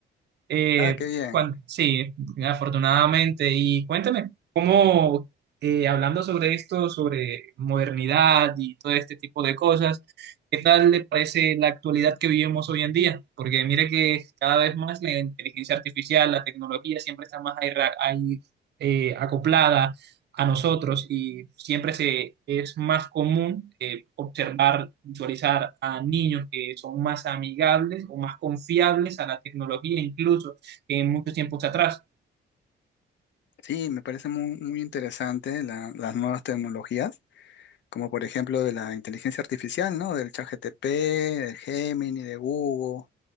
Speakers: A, on the right; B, on the left.
A: Eh,
B: Ah, qué bien.
A: cuan- sí, afortunadamente. Y cuéntame, ¿cómo, eh, hablando sobre esto, sobre modernidad y todo este tipo de cosas, qué tal le parece la actualidad que vivimos hoy en día? Porque mire que cada vez más la inteligencia artificial, la tecnología siempre está más ahí ra- ahí, eh, acoplada a nosotros y siempre se, es más común eh, observar, visualizar a niños que son más amigables o más confiables a la tecnología incluso que en muchos tiempos atrás.
B: Sí, me parece muy, muy interesante la- las nuevas tecnologías como por ejemplo de la inteligencia artificial, ¿no? Del ChatGPT, del Gemini, de Google